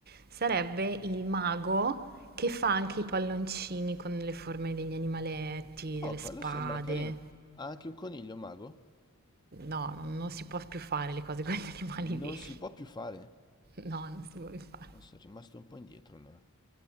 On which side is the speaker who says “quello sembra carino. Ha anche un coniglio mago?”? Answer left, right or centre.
Left